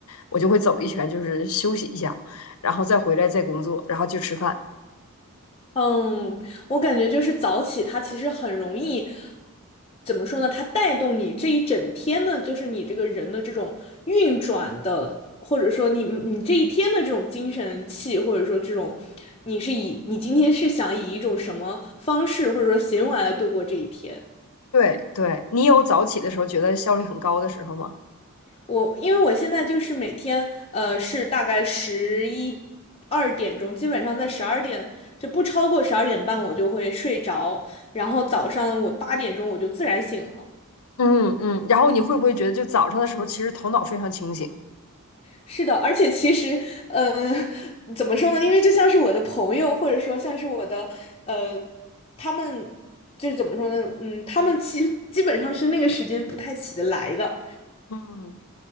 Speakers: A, on the left; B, on the left.
A: 我就会走一圈，就是休息一下，然后再回来再工作，然后就吃饭。
B: 嗯，我感觉就是早起，它其实很容易，怎么说呢？它带动你这一整天的，就是你这个人的这种运转的，或者说你你这一天的这种精神气，或者说这种，你是以你今天是想以一种什么方式或者说行为来度过这一天？
A: 对对，你有早起的时候觉得效率很高的时候吗？
B: 我因为我现在就是每天，呃，是大概十一二点钟，基本上在十二点就不超过十二点半，我就会睡着。然后早上我八点钟我就自然醒了。
A: 嗯嗯，然后你会不会觉得就早上的时候其实头脑非常清醒？
B: 是的，而且其实，呃，怎么说呢？因为就像是我的朋友，或者说像是我的，呃，他们就是怎么说呢？嗯，他们其基本上是那个时间不太起得来的。
A: 嗯，